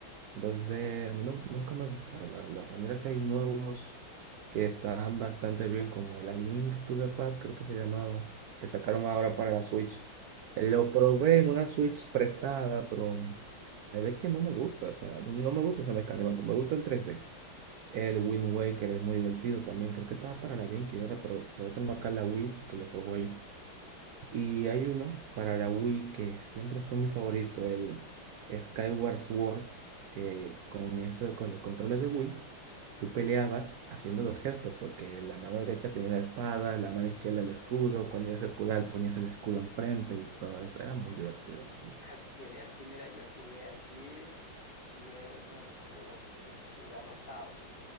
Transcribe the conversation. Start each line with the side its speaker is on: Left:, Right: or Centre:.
Right: dos d a mí no- nunca me gustaron, la verdad. Y Mira que hay nuevos que están bastante bien, como el A Link to the Past, creo que se llamaba, que
Left: Sí.
Right: sacaron ahora para la Switch. Eh, Lo probé en una Switch prestada, pero es de que no me gusta, o sea, no, no me gusta esa mecánica, me gusta en 3D. El Wind Waker es muy divertido también. Creo que estaba para la GameCube, ¿verdad? Pero yo tengo acá la Wii, que lo juego ahí. Y hay uno para la Wii que siempre fue mi favorito, el Skyward Sword, que con eso, con los controles de Wii, tú peleabas haciendo los gestos, porque la mano derecha tiene la espada, la mano izquierda el escudo. Cuando ibas a escudar, ponías el escudo enfrente y todo eso. Era muy divertido. la ¿verdad?
Left: Así genial. Sí, mira, yo jugué así, jugué uno de los juegos, no sé si has jugado SAO.